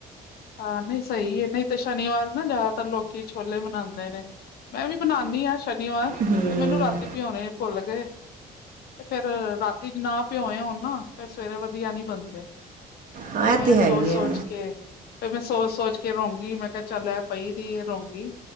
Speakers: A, on the left (about 65°); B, on the right (about 55°).
A: ਹਾਂ ਨਹੀਂ ਸਹੀ ਹੈ ਨਹੀ ਤੇ ਸ਼ਨੀਵਾਰ ਨਾ ਜ਼ਿਆਦਾਤਰ ਲੋਕੀ ਛੋਲੇ ਬਣਾਦੇ ਨੇ। ਮੈਂ ਵੀ ਬਣਾਨੀ ਆ ਸ਼ਨੀਵਾਰ,
B: ਹੂੰ
A: ਤੇ ਮੈਨੂੰ ਰਾਤੀ ਪਿਆਉਣੇ ਭੁੱਲ ਗਏ। ਤੇ ਫੇਰ ਰਾਤੀ ਜੇ ਨਾ ਭਿਉਏ ਹੋਣ ਨਾ ਫੇਰ ਸਵੇਰੇ ਵਧੀਆ ਨੀ ਬਣਦੇ। ਫਿਰ
B: ਹਾਂ ਇਹ
A: ਮੈਂ
B: ਤੇ ਹੈ
A: ਸੋਚ-ਸੋਚ
B: ਹੀ ਹੈ
A: ਕੇ, ਫੇਰ ਮੈਂ ਸੋਚ-ਸੋਚ ਕੇ ਰੋਂਗੀ ਮੈਂ ਕਿਹਾ ਚੱਲ ਐ ਪਈ ਦੀ ਇਹ ਰੋਂਗੀ।